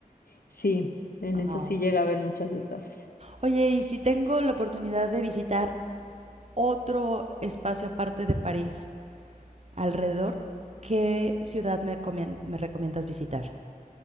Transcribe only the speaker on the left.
Sí, en
eso sí
llega a haber muchas estafas.